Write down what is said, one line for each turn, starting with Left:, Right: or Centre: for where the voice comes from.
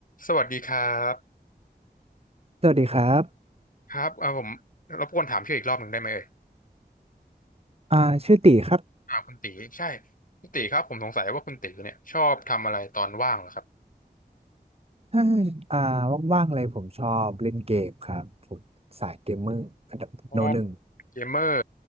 Left: สวัสดีครับ
Right: สวัสดีครับ
Left: ครับเอ่าผมรบกวนถามชื่ออีกรอบหนึ่งได้ไหมเอ่ย
Right: อ่าชื่อตีครับ
Left: อ่าคุณตีใช่คุณตีครับผมสงสัยว่าคุณตีเนี่ยชอบทำอะไรตอนว่างเหรอครับ
Right: ถ้าอ่าว่างๆเลยผมชอบเล่นเกมครับผมสายเกมเมอร์อันดับโนหนึ่ง
Left: อ๋อเกมเมอร์